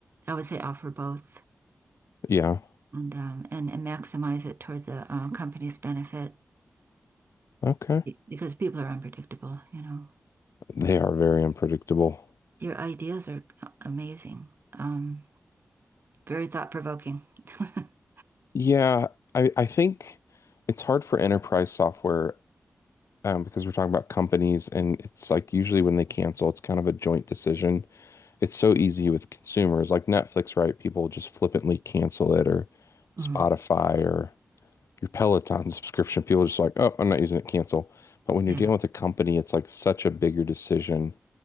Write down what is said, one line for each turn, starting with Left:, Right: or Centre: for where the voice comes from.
Right: I would say offer both
Left: Yeah.
Right: and um, and, and maximize it toward the uh, company's benefit
Left: Okay.
Right: be- because people are unpredictable, you know.
Left: They are very unpredictable.
Right: Your ideas are amazing. Um, very thought-provoking. <laughs>
Left: Yeah, I, I think it's hard for enterprise software um, because we're talking about companies and it's like usually when they cancel, it's kind of a joint decision it's so easy with consumers like Netflix, right? People just flippantly cancel it or
Right: Mhm.
Left: Spotify or your Peloton <laughs> subscription. People are just like, oh, I'm not using it, cancel. But when you're
Right: Yeah.
Left: dealing with a company, it's like such a bigger decision